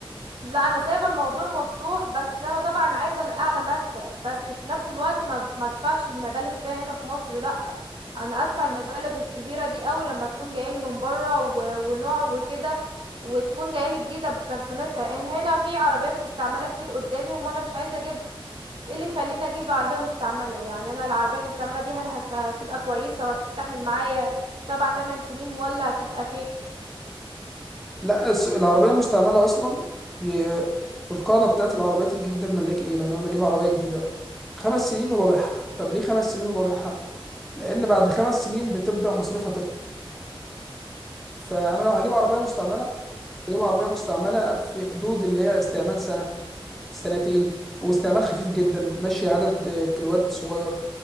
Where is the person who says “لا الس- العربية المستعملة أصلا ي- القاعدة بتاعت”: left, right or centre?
Centre